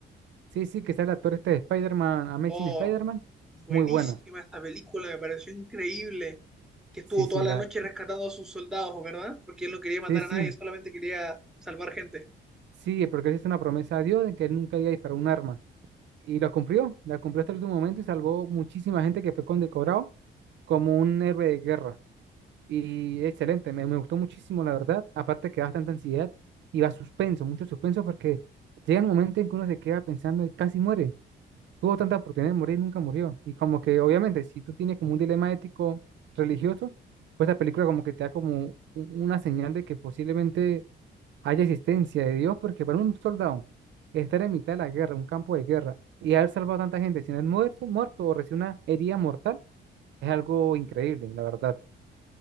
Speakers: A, on the right (about 65°); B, in the centre.
A: Sí, sí, que sale el actor este de Spider-Man, Amazing
B: Oh,
A: Spider-Man.
B: buenísima
A: Muy buena.
B: esta película, me pareció increíble que estuvo
A: Sí, sí,
B: toda la
A: la,
B: noche rescatando a sus soldados, ¿verdad? Porque él no quería matar
A: sí, sí,
B: a nadie, solamente quería salvar gente.
A: sí, porque él hizo una promesa a Dios de que él nunca iba a disparar un arma. Y la cumplió, la cumplió hasta el último momento y salvó muchísima gente que fue condecorado como un héroe de guerra. Y excelente, me, me gustó muchísimo, la verdad. Aparte que da bastante ansiedad y va suspenso, mucho suspenso porque llega un momento en que uno se queda pensando y casi muere. Tuvo tanta oportunidad de morir, y nunca murió. Y como que obviamente si tú tienes como un dilema ético religioso, pues la película como que te da como u- una señal de que posiblemente haya existencia de Dios, porque para un soldado estar en mitad de la guerra, un campo de guerra, y haber salvado a tanta gente sin haber muerto, muerto o recibir una herida mortal, es algo increíble, la verdad,